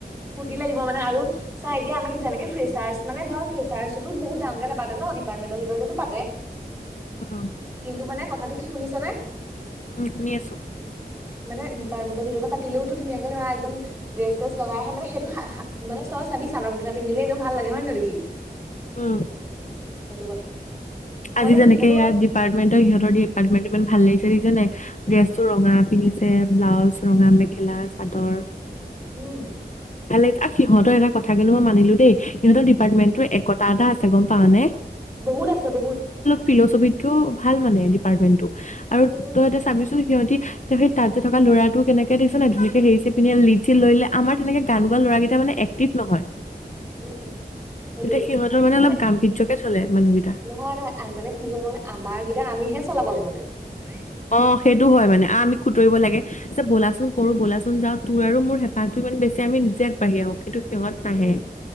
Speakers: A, on the right (about 15°); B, on the left (about 45°).
A: ফূুৰ্তি লাগিব মানে আৰু চাই এতিয়া আমি যেনেকে ফ্ৰেচাৰ্চ মানে ধৰ ফেচাৰ্চতো বহুত ডাঙৰ কে নাপাতে ন ডিপাৰ্টমেন্টৰ ভিতৰতো পাতে।
B: উম
A: কিন্তু মানে কথাটো কি শুনিছ। বুজিচনে
B: উম শুনি আছো।
A: মানে ডিপাৰ্টমেণ্ট ৰ ভিতৰতে পাতিলে ধুনীয়াকে ধৰা একদম ড্ৰেছ স্ৰেছ লগাই আহে মানে হেইটো মানে তই চাবি চাদৰ মেখেলা পিন্ধিলে এনেও ভাল লাগে হয় ন দেখি সেইটো
B: উম
A: কথা। মই
B: আজি
A: এতিয়া
B: যেনেকে
A: কি সাজো
B: এইয়াৰ
A: গম
B: ডিপাৰ্টমেণ্টৰ ইহঁতৰ ডিপাৰ্টমেণ্টৰ ইমান ভাল লাগিছে দেখিছ নাই। ড্ৰেছটো
A: নাপাওঁ।
B: ৰঙা পিন্ধিছে। আছে ব্লাউজ ৰঙা মেখেলা চাদৰ
A: উম
B: ভাল লাগিছে আহ সিহঁতৰ এটা কথা কিন্তু মই মানিলো দেই সিহঁতৰ ডিপাৰ্টমেণ্টটোৰ একতা এটা আছে গম পাওঁ নে?
A: বহুত আছে বহুত
B: ফিলচফিত কৈও ভাল মানে ডিপাৰটমেনটো। আৰু
A: উম উম
B: তই এতিয়া ছাবিছোন সিহঁতি সেই তাত যে থকা ল'ৰাটো কেনেকে দেখছ নাই ধুনিয়াকে হেৰি চেৰী পিন্ধি আছে আমাৰ তেনেকে গান গোৱা ল'ৰাকেইটা মানে এক্টিভ নহয়
A: উম সেইটোৱে
B: তেতিয়া সিহঁতৰ অলপ
A: মানে
B: গাম্ভীৰ্যকে চলে মানুহকেইটা
A: নহয় নহয় মানে কি হ'ল মানে আমাৰ কেইটা আমিহে চলাব লাগে মানে ফ্ৰী <inaudible>
B: অ সেইটো হয় মানে আমি খুতৰিব লাগে যে ব'লাচোন কৰো বলাচোন যাওঁ তোৰ আৰু মোৰ হেঁপাহটো ইমান বেছি আমি নিজে আগবাঢ়ি আহো কিন্তু সিহঁত নাহে
A: উম